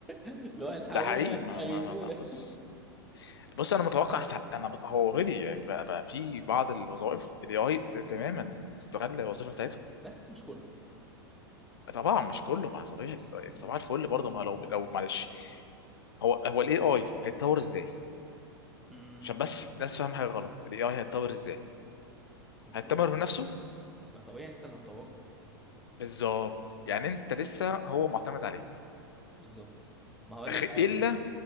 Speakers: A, in the centre; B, on the left.
A: اللي هو الحقونا
B: ده حقيقي ما
A: اغيثونا
B: ما ما, ما بص بص انا متوقع في انا مت- هو اوريدي يعني بقى بقى في بعض الوظائف الاي اي تماما استغل الوظيفه بتاعتهم
A: بس مش كله
B: طبعا مش كله مع صباح
A: إيه، م-
B: صباح الفل برضه ما لو لو معلش هو هو الاي اي هيتطور ازاي
A: م-
B: عشان بس الناس فاهم حاجه غلط الاي اي هيتطور ازاي
A: ازاي
B: هيتطور بنفسه
A: ما طبيعي انت اللي هتطوره
B: بالظبط يعني انت لسه هو معتمد عليك
A: بالظبط ما هقول
B: غ-
A: لك حاجه
B: الا